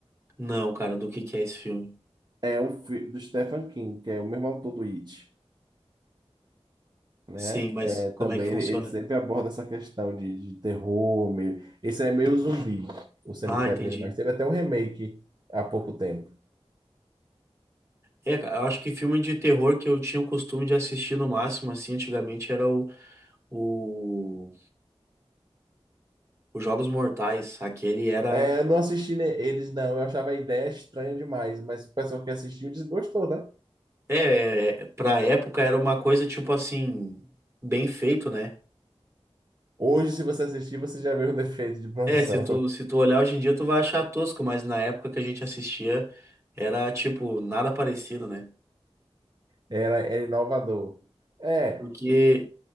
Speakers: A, on the right; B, on the right.
A: Não, cara, do que que é esse filme?
B: É um filme do Stephen King, que é o mesmo autor do It, né?
A: Sim, mas
B: É,
A: como
B: também
A: é que funciona?
B: ele, ele sempre aborda essa questão de, de terror, meio... Esse é meio zumbi, o Cemitério
A: Ah, entendi.
B: de Animais. Teve até um remake há pouco tempo.
A: É, cara, eu acho que filme de terror que eu tinha o costume de assistir no máximo, assim, antigamente era o, o, os Jogos Mortais. Aquele era.
B: É, eu não assisti ne- eles, não. Eu achava a ideia estranha demais, mas o pessoal que assistiu desgostou, né?
A: É, é, é, pra época era uma coisa tipo assim, bem feito, né?
B: Hoje, se você assistir, você já vê o defeito de produção.
A: É, se tu, se tu olhar hoje em dia, tu vai achar tosco, mas na época que a gente assistia, era tipo, nada parecido, né?
B: Era, era inovador. É,
A: Porque